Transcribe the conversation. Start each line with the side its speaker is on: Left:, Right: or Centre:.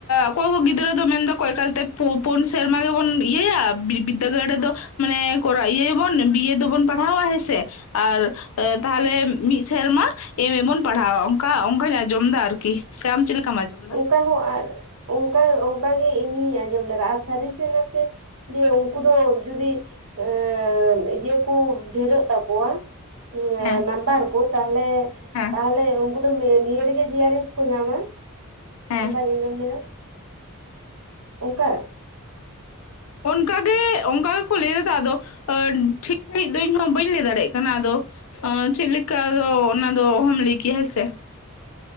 Left: ᱚᱠᱚᱭ ᱦᱚᱸ ᱜᱤᱫᱽᱨᱟᱹ ᱫᱚ ᱢᱮᱱᱫᱟᱠ ᱮᱠᱟᱞᱛᱮ ᱯᱳ ᱯᱳᱱ ᱥᱮᱨᱢᱟ ᱜᱮᱵᱚᱱ ᱤᱭᱟᱹᱭᱟ ᱵᱤᱫ ᱵᱤᱫᱽᱫᱟᱹᱜᱟᱲ ᱨᱮᱫᱚ... ᱢᱟᱱᱮ ᱠᱚᱨᱟ ᱤᱭᱟᱹᱭᱟ ᱟᱵᱚᱱ ᱵᱤᱭᱮ ᱫᱚᱵᱚᱱ ᱯᱟᱲᱦᱟᱣᱭᱟ ᱦᱮᱸ ᱥᱮ ᱟᱨ ᱮ ᱛᱟᱦᱚᱞᱮ ᱢᱤᱜ ᱥᱮᱨᱢᱟ ᱮᱢᱮ ᱵᱚᱱ ᱯᱟᱲᱦᱟᱣᱟ ᱚᱝᱠᱟ ᱚᱝᱠᱟᱧ ᱟᱸᱡᱚᱢ ᱫᱟ ᱟᱨᱠᱤ ᱥᱮ ᱟᱢ ᱪᱮᱜ ᱞᱮᱠᱟᱢ ᱟᱸᱡᱚᱢ ᱫᱟ?
Right: ᱚᱠᱟ ᱦᱚᱸ ᱟᱨ ᱚᱝᱠᱟ ᱚᱝᱠᱟᱜᱮ ᱤᱧ ᱦᱚᱸᱧ ᱟᱸᱡᱚᱢ ᱞᱮᱫᱟ ᱟᱨ ᱥᱟᱹᱨᱤ ᱥᱮ ᱱᱟᱥᱮ ᱡᱮ ᱩᱝᱠᱩ ᱫᱚ ᱡᱩᱫᱤ ᱮᱸᱻ ᱤᱭᱟᱹ ᱠᱚ ᱰᱷᱮᱨᱚᱜ ᱛᱟᱠᱚᱣᱟ ᱾ ᱮᱸᱻ
Left: ᱦᱮᱸ
Right: ᱱᱟᱢᱵᱟᱨ ᱠᱚ ᱛᱟᱦᱞᱮ
Left: ᱦᱮᱸ
Right: ᱛᱟᱦᱚᱞᱮ ᱩᱝᱠᱩ ᱫᱚ ᱱᱤ ᱱᱤᱭᱟᱹ ᱨᱮᱜᱮ ᱡᱤ ᱟᱨ ᱮᱯ ᱠᱚ ᱧᱟᱢᱟ ᱾
Left: ᱦᱮᱸ
Right: ᱚᱝᱠᱟᱧ ᱟᱸᱡᱚᱢ ᱞᱮᱫᱟ ᱾ ᱚᱝᱠᱟ
Left: ᱚᱱᱠᱟᱜᱮ ᱚᱝᱠᱟ ᱜᱮᱠᱚ ᱞᱮᱭ ᱫᱟᱛᱚ ᱟᱫᱚ ᱴᱷᱤᱠ ᱥᱟᱺᱦᱤᱡ ᱫᱚ ᱤᱧ ᱦᱚᱸ ᱵᱟᱹᱧ ᱞᱟᱹᱭ ᱫᱟᱲᱮᱜ ᱠᱟᱱᱟ ᱟᱫᱚ ᱾ ᱟᱸ ᱪᱮᱜ ᱞᱮᱠᱟ ᱟᱫᱚ ᱚᱱᱟ ᱫᱚ ᱚᱦᱚᱢ ᱞᱮᱭ ᱠᱮᱭᱟ ᱦᱮᱸ ᱥᱮ ᱾